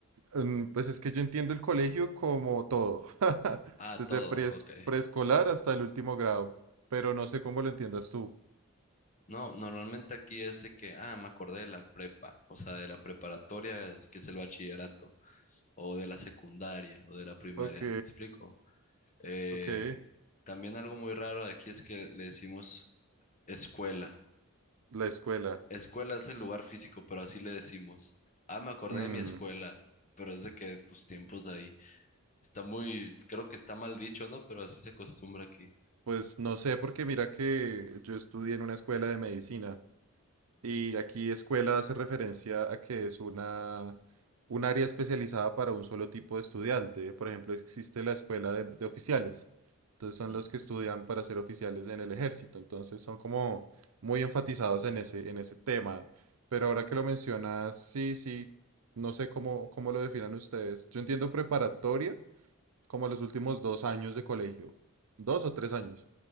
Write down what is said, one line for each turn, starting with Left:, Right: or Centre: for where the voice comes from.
Right: Mm, pues es que yo entiendo el colegio como todo, <laughs>
Left: a
Right: desde
Left: todo?
Right: pres-
Left: Ok.
Right: preescolar hasta el último grado, pero no sé cómo lo entiendas tú.
Left: No, normalmente aquí es de que, ah, me acordé de la prepa, o sea, de la preparatoria, que es el bachillerato, o de la secundaria, o de la primaria,
Right: Ok,
Left: ¿me explico? Eh,
Right: ok.
Left: también algo muy raro de aquí es que le decimos escuela.
Right: La escuela.
Left: Escuela es el lugar físico, pero así le decimos. Ah, me acordé
Right: Mm,
Left: de mi escuela, pero es de que tus tiempos de ahí. Está muy, creo que está mal dicho, ¿no? Pero así se acostumbra aquí.
Right: pues no sé, porque mira que yo estudié en una escuela de medicina. Y aquí escuela hace referencia a que es una, un área especializada para un solo tipo de estudiante. Por ejemplo, existe la escuela de, de oficiales. Entonces son
Left: Ujú.
Right: los que estudian para ser oficiales en el ejército. Entonces son como muy enfatizados en ese, en ese tema. Pero ahora que lo mencionas, sí, sí, no sé cómo, cómo lo definan ustedes. Yo entiendo preparatoria como los últimos dos años de colegio. Dos o tres años.